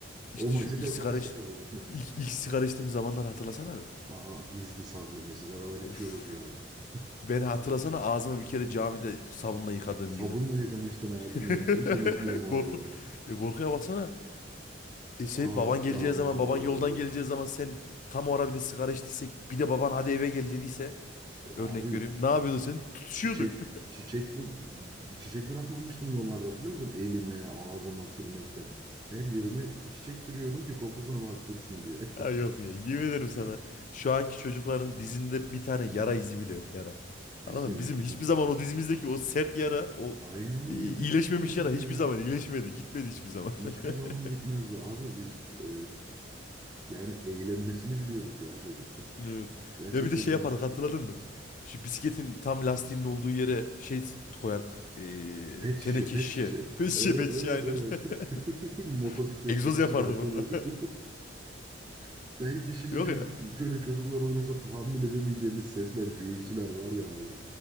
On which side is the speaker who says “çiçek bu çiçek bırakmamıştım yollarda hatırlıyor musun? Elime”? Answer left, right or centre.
Right